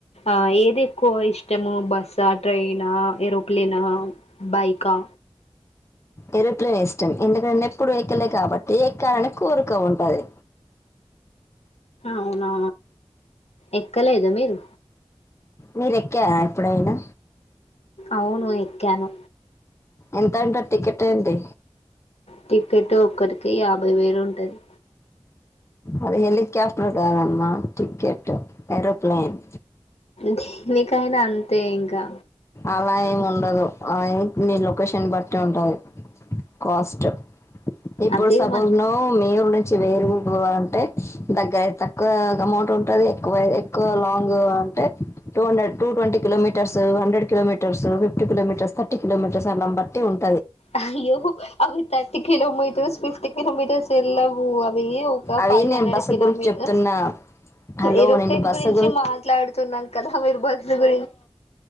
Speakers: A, on the left (about 85°); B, on the left (about 25°).
A: ఆ ఏది ఎక్కువ ఇష్టము బస్సా, ట్రైనా, ఏరోప్లేనా, బైకా
B: ఎరోప్లేన్ ఇష్టం ఎందుకంటే ఎప్పుడు ఎక్కలే కాబట్టి ఎక్కాలని కోరిక ఉంటది
A: అవునా ఎక్కలేదా మీరు
B: మీరు ఎక్కరా ఎప్పుడైనా
A: అవును ఎక్కాను
B: ఎంత అంటారు టికెట్ ఏంటి
A: టిక్కెట్ ఒక్కరికి యాభై వేలు ఉంటది
B: అది హెలికాప్టర్ కాదమ్మా టికెట్ ఏరోప్లేన్
A: దేనికైనా అంతే ఇంకా
B: అలా ఏమి ఉండదు అ మీ లొకేషన్ బట్టి ఉంటది కాస్ట్ ఇప్పుడు
A: అదే
B: సపోజ్
A: మన
B: ఇక్కడ నుంచి వేరుగా పోవాలంటే దగ్గరయితే తక్కువ అమౌంట్ ఉంటది లాంగ్ అయితే ఎక్కువ అమౌంట్ ఉంటది అంటే two hundred two twenty kilometres hundred kilometres fifty kilometres kilometres బట్టి ఉంటది
A: అయ్యో అవి థర్టీ కిలోమీటర్స్, ఫిఫ్టీ కిలోమీటర్స్ ఎల్లాము అవి ఇంకా
B: అవి
A: ఫైవ్
B: నేను
A: హండ్రెడ్
B: బస్సు
A: కిలోమీటర్స్
B: గురించి చెప్తున్నా హలో
A: ఏరోప్లేన్
B: నేను బస్సు
A: గురించి మాట్లాడుతున్నాం కదా మీరు బస్ గురించి